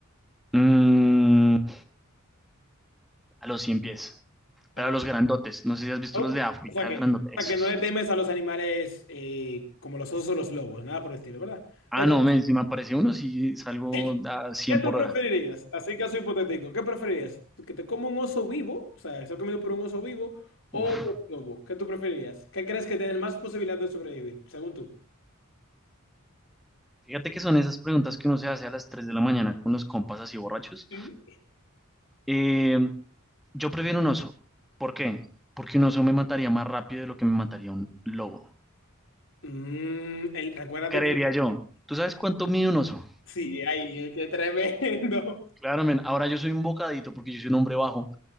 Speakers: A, in the centre; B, on the left (about 65°).
A: Mm, a los 100 pies. Pero
B: A los...
A: los grandotes, no sé si has visto
B: Ok.
A: los de África,
B: O sea que,
A: grandotes,
B: o sea que
A: esos,
B: no le
A: esos.
B: temes a los animales eh, como los osos o los lobos, nada por el estilo, ¿verdad?
A: Ah,
B: Le temes-
A: no, men, si me aparece uno, si salgo
B: Hey,
A: a 100
B: ¿Qué tú
A: por
B: preferirías?
A: hora.
B: Así caso hipotético, ¿qué preferirías? ¿Que te coma un oso vivo? O sea, ser comido por un oso vivo o
A: Uf.
B: por un lobo. ¿Qué tú preferirías? ¿Qué crees que tienes más posibilidad de sobrevivir, según tú?
A: Fíjate que son esas preguntas que uno se hace a las 3 de la mañana con los compas así borrachos.
B: Sí.
A: Eh, yo prefiero un oso. ¿Por qué? Porque un oso me mataría más rápido de lo que me mataría un lobo.
B: Mm, el- recuérdate
A: Creería
B: que...
A: yo. ¿Tú sabes cuánto mide un oso?
B: Sí, ay, qué tremendo.
A: Claro, men, ahora yo soy un bocadito porque yo soy un hombre bajo.